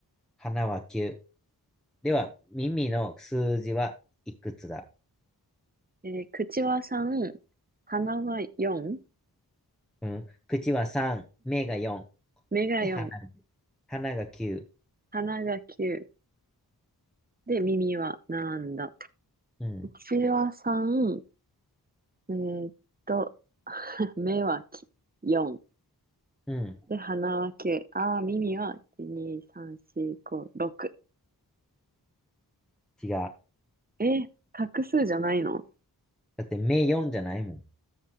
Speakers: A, in the centre; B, on the right.
A: 鼻は9。では、耳の数字はいくつだ
B: えー口は3、鼻は4、
A: うん。口は3、目が4、
B: 目が4、
A: で、鼻、鼻が9。
B: 鼻が9、で、耳はなんだ。
A: うん、
B: 口は3、えーっと、目は4、
A: うん、
B: で、鼻は9、あー、耳は1、2、3、4、5、6。
A: 違う。
B: えー、画数じゃないの
A: だって、目4じゃないもん。